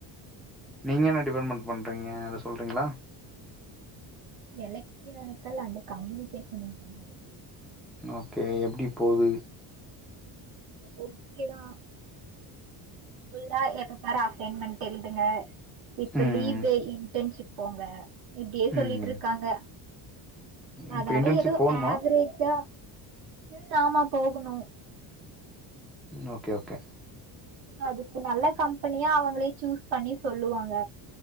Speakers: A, in the centre; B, on the right.
A: நீங்க என்ன டிபார்ட்மெண்ட் பண்ணுறீங்க அத சொல்றீங்களா
B: எலக்ட்டிரானிக்கல் அண்டு கம்யூனிகேஷன் <inaudible>
A: ஓகே எப்படி போது
B: ஓகே தா ஃபுல்லா எப்ப பாரு அசைன்மென்ட் எழுதுங்க இப்ப
A: ம்
B: லீவு இன்டர்ன்ஷிப் போங்க இப்டியே சொல்லிட்ருக்காங்க
A: ம்
B: அதனால
A: இப்போ இன்டர்ன்ஷிப்
B: எதோ
A: போகணுமா
B: ஆவே ரெஜா ம் ஆமா போகணு
A: ம் ஓகே ஓகே
B: அதுக்கு நல்ல கம்பெனியா அவங்களே சூஸ் பண்ணி சொல்லுவாங்க